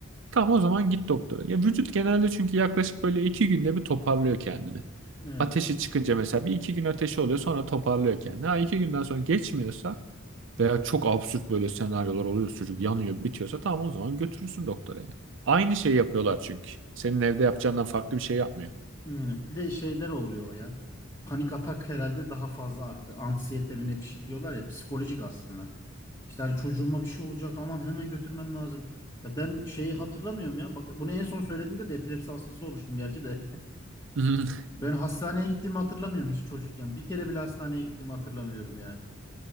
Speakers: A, on the right; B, on the left.
A: tam o zaman git doktora. Ya vücut genelde çünkü yaklaşık böyle iki günde bir toparlıyor kendini.
B: Evet.
A: Ateşi çıkınca mesela bir iki gün ateşi oluyor sonra toparlıyor kendini. Ha iki günden sonra geçmiyorsa veya çok absürt böyle senaryolar oluyor. Çocuk yanıyor, bitiyorsa tamam o zaman götürürsün doktora yani. Aynı şeyi yapıyorlar çünkü. Senin evde yapacağından farklı bir şey yapmıyor.
B: Yani bir de şeyler oluyor o ya. Panik atak herhalde daha fazla arttı. Anksiyete mi ne bir şey diyorlar ya psikolojik aslında. İşte hani çocuğuma bir şey olacak aman hemen götürmem lazım. Ya ben şeyi hatırlamıyorum ya. Bak bunu en son söylediğimde de epilepsi hastası olmuştum gerçi de.
A: <laughs>
B: Ben hastaneye gittiğimi hatırlamıyorum hiç çocukken. Bir kere bile hastaneye gittiğimi hatırlamıyorum yani.